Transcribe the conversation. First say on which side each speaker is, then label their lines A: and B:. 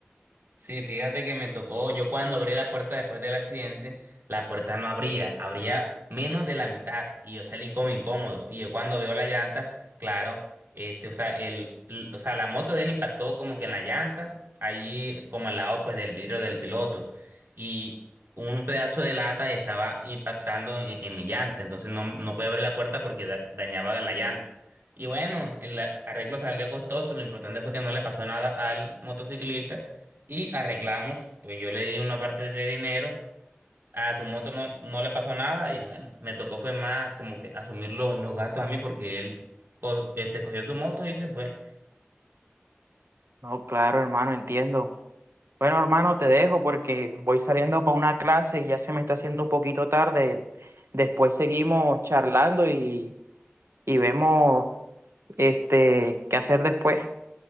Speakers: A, on the right; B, on the right.
A: Sí, fíjate que me tocó, yo cuando abrí la puerta después del accidente, la puerta no abría, abría menos de la mitad y yo salí como incómodo. Y yo cuando veo la llanta, claro, este, o sea, el, l- o sea, la moto de él impactó como que en la llanta, ahí como al lado pues del vidrio del piloto y un pedazo de lata estaba impactando en, en mi llanta, entonces no, no podía abrir la puerta porque da- dañaba la llanta. Y bueno, el arreglo salió costoso, lo importante fue que no le pasó nada al motociclista y arreglamos, pues yo le di una parte de dinero, a su moto no, no le pasó nada y bueno, me tocó fue más como que asumir lo- los gastos a mí porque él co- este, cogió su moto y se fue.
B: No, claro, hermano, entiendo. Bueno, hermano, te dejo porque voy saliendo para una clase y ya se me está haciendo un poquito tarde. Después seguimos charlando y, y vemos este qué hacer después.